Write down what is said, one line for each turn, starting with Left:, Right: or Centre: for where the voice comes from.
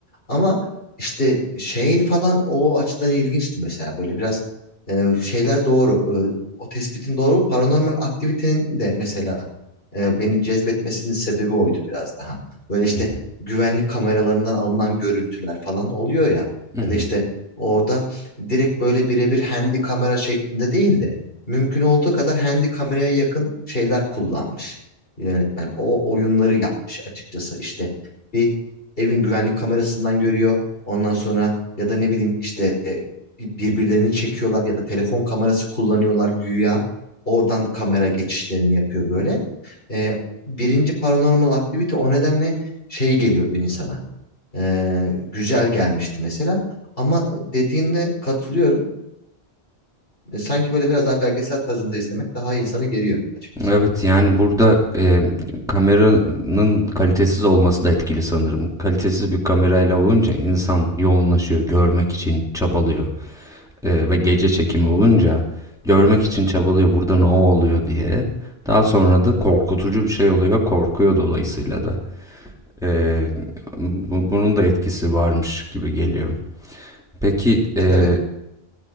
Left: Ama işte şey falan o açıdan ilginçti mesela böyle biraz e, şeyler doğru. E, o tespitin doğru. Paranormal aktivitenin de mesela e, beni cezbetmesinin sebebi oydu biraz daha. Böyle işte
Centre: Hmm.
Left: güvenlik kameralarından alınan görüntüler falan oluyor ya.
Centre: Hı
Left: Ya
Centre: hı.
Left: da işte orada direkt böyle birebir handy kamera şeklinde değil de mümkün olduğu kadar handy kameraya yakın şeyler kullanmış yönetmen. O oyunları yapmış açıkçası işte bir evin güvenlik kamerasından görüyor. Ondan sonra ya da ne bileyim işte e, bir- birbirlerini çekiyorlar ya da telefon kamerası kullanıyorlar güya. Oradan kamera geçişlerini yapıyor böyle. E, birinci Paranormal Activity o nedenle şey geliyordu insana. E, güzel gelmişti mesela. Ama dediğine katılıyorum. E, Sanki böyle biraz daha belgesel tarzında izlemek daha insanı geriyor açıkçası.
Centre: Evet yani burada e, kameranın kalitesiz olması da etkili sanırım. Kalitesiz bir kamerayla olunca insan yoğunlaşıyor, görmek için çabalıyor. E, ve gece çekimi olunca görmek için
Left: Hı
Centre: çabalıyor
Left: hı.
Centre: burada ne oluyor diye. Daha sonra da korkutucu bir şey oluyor, korkuyor dolayısıyla da. E,
Left: hı hı.
Centre: bu- bunun da etkisi varmış gibi geliyor. Peki e,
Left: E tabii.